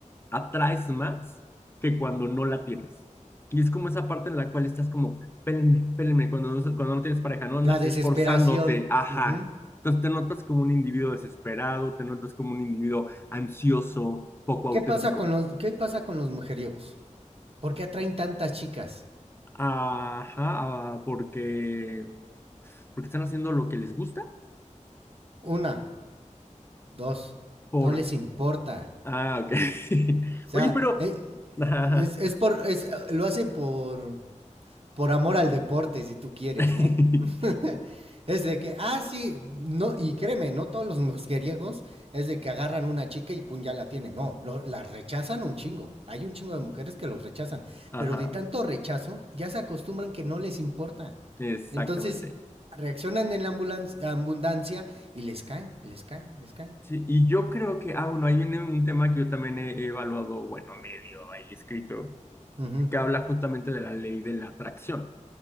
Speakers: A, on the left (about 20°); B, on the right (about 50°).
A: atraes más que cuando no la tienes. Y es como esa parte en la cual estás como, pélenme, pélenme, cuando no, cuando no tienes pareja, no andas
B: La desesperación.
A: esforzándote, ajá.
B: Ujú.
A: Entonces te notas como un individuo desesperado, te notas como un individuo ansioso, poco auténtico.
B: ¿Qué pasa con los, qué pasa con los mujeriegos? ¿Por qué atraen tantas chicas?
A: Ajá, ah, porque, porque están haciendo lo que les gusta,
B: Una, dos,
A: por...
B: no les importa.
A: Ah, ok. <laughs>
B: O sea,
A: Oye, pero...
B: eh,
A: Ajá, ajá,
B: es, es por, es, eh, lo hacen por, por amor al deporte, si tú quieres,
A: <laughs>
B: ¿no? <laughs> Es de que, ah, sí, no, y créeme, no todos los mujeriegos es de que agarran una chica y pum, ya la tienen. No, lo- la rechazan un chingo. Hay un chingo de mujeres que los rechazan,
A: Ajá,
B: pero de tanto rechazo ya se acostumbran que no les importa.
A: exactamente.
B: Entonces reaccionan en la ambulan- abundancia y les caen, y les caen, les caen.
A: Sí, y yo creo que, ah, bueno, ahí viene un tema que yo también he, he evaluado, bueno, medio ahí escrito,
B: Ujú,
A: que habla justamente de la ley de la atracción.